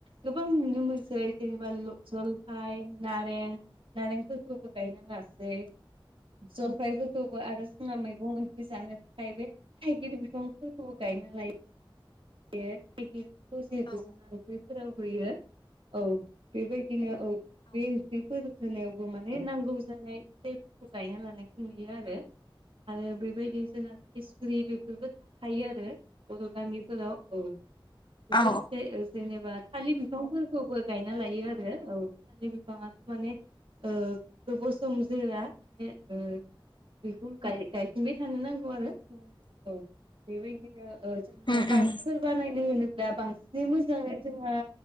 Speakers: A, on the right (about 80°); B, on the left (about 60°).
A: गोबां नुनो मोनसै जेनेबा जलफाय, नारें नारेंफोरखौबो गायना लासै जलफायफोरखौबो आरो जोंहा मैगंं जानो थाखाय बे थाइगिर बिफांफोरखौबो गायना लायो। खौ जिहेथु
B: औ
A: जोंो <unintelligible> फोराव होयो औ बेबायदिनो औ बे ओंख्रि फोर होनायावबो माने नांगौ जानाय फिाइफोरखौ गायना लानायखौ नुयो आरो। आरो बेबायदि जोंहा थाइसुरि बेफोरबो थाखायो आरो बर' गामिफोराव औ
B: औ
A: बे <unintelligible> जेनेबा थालिर बिफांफोरखौबो गायना लायो आरो औ थालिर बिफाङाथ' माने ओ गोबाव सम जआ माने बिह गाय <unintelligible> थंबाय थानो नांगौ आरो औ बेबायदिनो जोंहा
B: उम उम
A: सोरबा नायनो होनोब्ला बांसिनै मोजाङै जोंहा